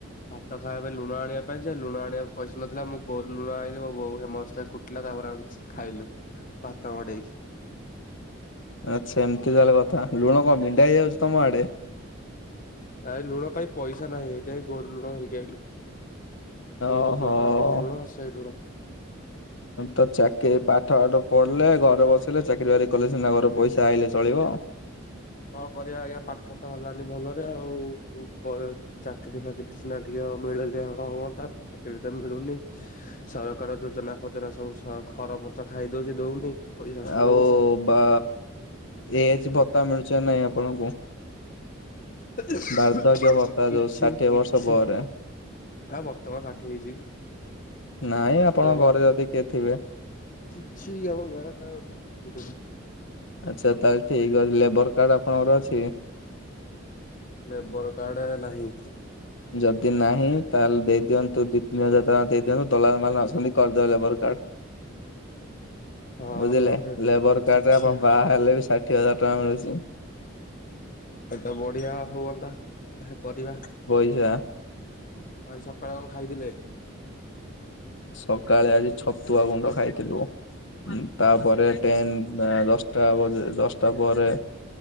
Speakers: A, on the left; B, on the left.
A: ଭାତ ଖାଇବା ପାଇଁ ଲୁଣ ଆଣିବା ପାଇଁ ଯେ ଲୁଣ ଆଣିବା ପଇସ ନଥିଲା। ମୁଁ ଗୋରୁ ଲୁଣ ଆଣିଲି ମୋ ବୋଉ ହେମଦସ୍ତାରେ କୁଟିଲା। ତାପରେ ଆମେ କିଛି ଖାଇଲୁ ଭାତ ମଡେଇକି।
B: ଆଚ୍ଛା ଏମିତି ତାହଲେ କଥା। ଲୁଣ କଣ ବିଣ୍ଡା ହେଇଯାଉଛି ତମ ଆଡେ?
A: ଆ ଲୁଣ ପାଇଁ ପଇସା ନାହିଁ। ଏଇ ଯାଇ ଗୋରୁ ଲୁଣ ଧରିକି ଆଇଲୁ। ଗୋରୁ
B: ଓହୋ।
A: ଯୋଉ ଖାନ୍ତିନି ଲୁଣ ସେଇ ଲୁଣ।
B: ତ ଚାକିରି ପାଠ ବାଠ ପଢ଼ିଲେ ଘରେ ବସିଲେ ଚାକିରି ବାକିରି କଲେ ସିନା ଘର ପଇସା ଆଇଲେ ଚଳିବ।
A: ହଁ କରିବା ଆଜ୍ଞା ପାଠ ତ ହେଲାନି ଭଲରେ ଆଉ ବ ଚାକିରି ଫାକିରି ସିନା ଟିକେ ତ ମିଳିଲେ ହଁ ହୁଅନ୍ତା ଚାକିରି ତ ମିଳୁନି ସରକାର ଯୋଜନା ଫୋଜନା ସବୁ ଖ ତରମଚ ଖାଇ ଦଉଛି ଦଉନି। ପଇସା ଖାଇ
B: ଆଉ
A: ଦଉଛି
B: ବା ଏଜ ଭତ୍ତା ମିଳୁଛି ନା ନାଇଁ ଆପଣଙ୍କୁ?
A: କିଛି
B: ବାର୍ଦ୍ଧକ୍ୟ ଭତ୍ତା ଯୋଉ ଷାଠିଏ
A: କିଛି
B: ବର୍ଷ ପରେ।
A: ନା ବର୍ତ୍ତମାନ ଷାଠିଏ ହେଇଛି?
B: ନାଇଁ ଆପଣ ଘରେ
A: ବା
B: ଯଦି କିଏ ଥିବେ
A: କିଛି ଆମ ଗାଁ ଟା ଗୋଟେ ବଡ
B: ଆଚ୍ଛା ତାହେଲେ ଠିକ ଅଛି ଲେବର କାର୍ଡ ଆପଣଙ୍କର ଅଛି?
A: ଲେବର କାର୍ଡ ନାହିଁ।
B: ଯଦି ନାହିଁ ତାହେଲେ ଦେଇ ଦିଅ ତୁ ଦି ତିନି ହଜାର ଟଙ୍କା ଦେଇ ଦିୟନ୍ତୁ ଦଲାଲ ମାନେ ଅଛନ୍ତି କରିଦେବେ ଲେବର କାର୍ଡ।
A: ହଁ
B: ବୁଝିଲେ ଲେବର କାର୍ଡ
A: ଦେଖିବା
B: ରେ ଆପଣ ବାହା ହେଲେ ବି ଷାଠିଏ ହଜାର ଟଙ୍କା ମିଳୁଛି।
A: ଏତେ ବଢିଆ ହୁଅନ୍ତା କରିବା।
B: ଇୟା।
A: ଆ ସକାଳେୁ କଣ ଖାଇଥିଲେ?
B: ସକାଳେ ଆଜି ଛତୁଆ ଗୁଣ୍ଡ ଖାଇଥିଲୁ। ତାପରେ ଟେନ୍ ଏନ୍ ଦଶ ଦଟା ବ ଦଶଟା ପରେ